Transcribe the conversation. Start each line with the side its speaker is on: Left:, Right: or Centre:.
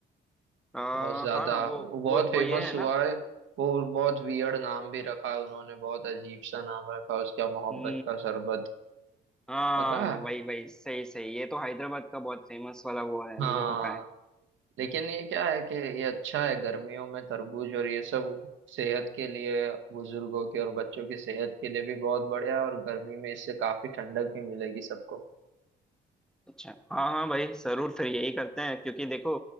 Centre: आ,
Right: बहुत ज्यादा
Centre: हाँ वो
Right: वो बहुत
Centre: वो
Right: फेमस
Centre: वो ये है
Right: हुआ है वो बहुत वियर्ड नाम भी रखा है उन्होंने बहुत अजीब सा नाम रखा है उसका मोहब्बत
Centre: ना
Right: का शरबत
Centre: हाँ
Right: पता है
Centre: वही वही सही सही ये तो हैदराबाद का बहुत फेमस वाला वो है
Right: हाँ
Centre: मुझे पता है
Right: लेकिन ये क्या है कि ये अच्छा है गर्मियों में तरबूज और ये सब सेहत के लिए बुजुर्गों के और बच्चों की सेहत के लिए भी बहुत बढ़िया है और गर्मी में इससे काफी ठंडक भी मिलेगी सबको
Centre: अच्छा हाँ हाँ भाई जरूर फिर यही करते हैं क्योंकि देखो